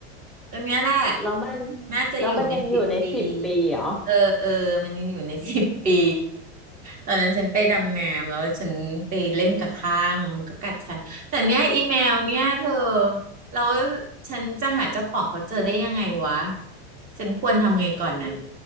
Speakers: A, on the right; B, in the centre.
A: ก็เนี้ยแหละ
B: แล้วมัน
A: น่าจะอยู่ในสิบปี
B: แล้วมันยังอยู่ในสิบปีเหรอ
A: เออเออมันยังอยู่ใน <laughs> สิบปีตอนนั้นฉันไปดำน้ำแล้วฉันไปเล่นกับข้างแล้วมันก็กัดฉันแต่เนี้ยอีเมลเนี่ยเธอเราฉันจะหาเจ้าของเขาเจอได้ยังไงวะฉันควรทำไงก่อนนะ
B: อื